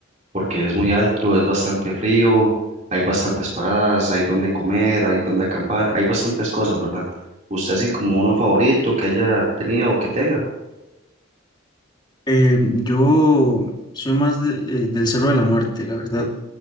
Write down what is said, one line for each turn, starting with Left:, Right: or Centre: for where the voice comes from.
Right: porque es muy alto, es bastante frío, hay bastantes paradas, hay donde comer, hay donde acampar, hay bastantes cosas, ¿verdad? ¿Usted así como uno favorito que haya tenido o que tenga?
Left: Eh, yo soy más de- eh, del Cerro de la Muerte, la verdad.